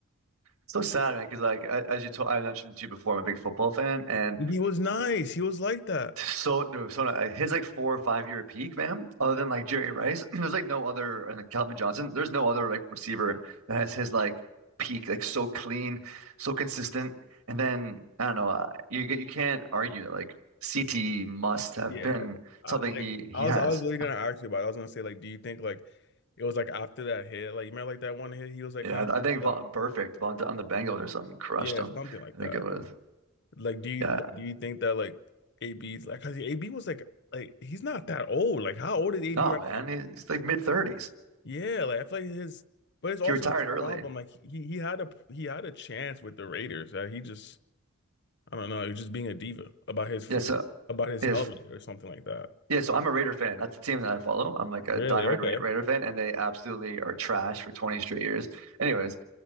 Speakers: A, on the right (about 80°); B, on the left (about 50°).
A: So sad, man. Because like a- as you told, I mentioned to you before, I'm a big football fan, and
B: He was nice. He was like that.
A: so no, so no, uh, his like four or five year peak, man. Other than like Jerry Rice, <clears throat> there's like no other, and like, Calvin Johnson. There's no other like receiver that has his like peak, like so clean, so consistent. And then I don't know, uh, you get you can't argue that like CT must have
B: Yeah,
A: been
B: I,
A: something
B: like
A: he he
B: I was,
A: has.
B: I was literally gonna ask you about. It. I was gonna say like, do you think like it was like after that hit, like you remember like that one hit, he was like
A: Yeah,
B: kind
A: I, I think
B: of,
A: Va perfect Von on the Bengals or something crushed
B: yeah,
A: him.
B: something like
A: I think
B: that.
A: it was.
B: Like, do you
A: Yeah,
B: like do you think that like AB's like, cause AB was like like he's not that old. Like, how old is AB
A: no,
B: right
A: man,
B: now?
A: he's, he's like mid thirties.
B: Yeah, like I feel like his, but it's also
A: He retired
B: his
A: early.
B: problem. Like he he had a he had a chance with the Raiders. Uh, he just I don't know, he was just being a diva about his
A: Yeah,
B: f-
A: so
B: about his
A: if
B: helmet or something like that.
A: yeah, so I'm a Raider fan. That's the team that I follow. I'm like a
B: Really?
A: diehard
B: Okay.
A: Ra Raider fan, and they absolutely are trash for 20 straight years. Anyways,